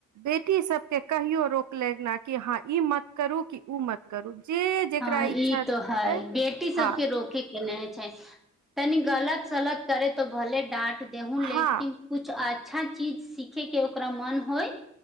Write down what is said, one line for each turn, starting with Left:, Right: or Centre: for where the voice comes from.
Right: बेटी सबके कहियो रोक लई न कि हँ ई मत करू कि ऊ मत करू। जे जेकरा
Centre: हँ ई
Right: इच्छा छै
Centre: तो है, बेटी सबके
Right: हँ
Centre: रोके के ने छै तनी गलत सलत करे त भले डाँट देहूँ लेकिन
Right: हँ
Centre: कुछ आज अच्छा चीज सीखयके ओकरा मन होइ